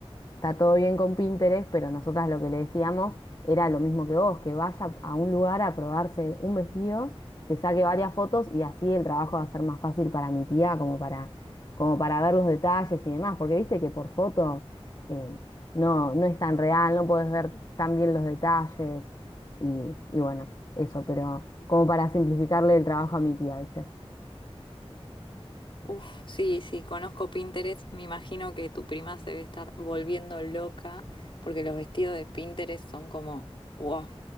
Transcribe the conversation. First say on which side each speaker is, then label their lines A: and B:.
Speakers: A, on the left (about 40°); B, on the left (about 55°).
A: está todo bien con Pinterest, pero nosotras lo que le decíamos era lo mismo que vos, que vaya a un lugar a probarse un vestido, se saque varias fotos y así el trabajo va a ser más fácil para mi tía, como para, como para ver los detalles y demás, porque viste que por foto eh, no, no es tan real, no podés ver tan bien los detalles y, y bueno, eso, pero como para simplificarle el trabajo a mi tía, ¿viste?
B: Uf, sí, sí, conozco Pinterest. Me imagino que tu prima se debe estar volviendo loca porque los vestidos de Pinterest son como, wow,